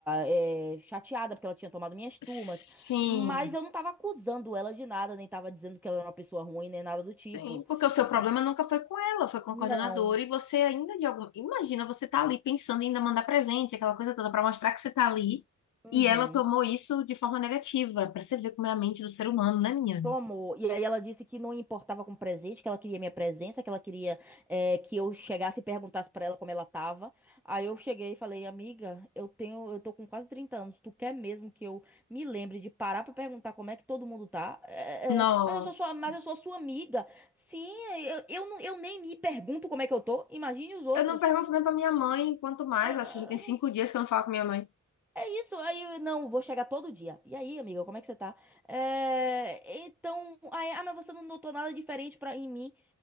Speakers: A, in the centre; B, on the left.
A: eh, chateada porque ela tinha tomado minhas turmas,
B: Sim.
A: mas eu não tava acusando ela de nada, nem tava dizendo que ela era uma pessoa ruim, nem nada do tipo.
B: Sim, porque o seu problema
A: É,
B: nunca foi com ela, foi com
A: não.
B: a coordenadora, e você ainda de alguma. Imagina, você tá ali pensando em ainda mandar presente, aquela coisa toda, pra mostrar que você tá ali,
A: Uhum.
B: e ela tomou isso de forma negativa, pra você ver como é a mente do ser humano, né, minha?
A: Tomou. E aí ela disse que não importava com presente, que ela queria minha presença, que ela queria eh, que eu chegasse e perguntasse pra ela como ela tava. Aí eu cheguei e falei, amiga, eu tenho, eu tô com quase 30 anos, tu quer mesmo que eu me lembre de parar pra perguntar como é que todo mundo tá? É, é,
B: Nossa.
A: é, mas eu sou sua, mas eu sou sua amiga. Sim, eu, eu, não- eu nem me pergunto como é que eu tô. Imagine os outros.
B: Eu não pergunto nem pra minha mãe, quanto mais,
A: É,
B: acho
A: é,
B: que já tem cinco dias que eu não falo com minha mãe.
A: é isso, aí não, vou chegar todo dia. E aí, amiga, como é que você tá? É, então, aí, ah, mas você não notou nada diferente pra, em mim.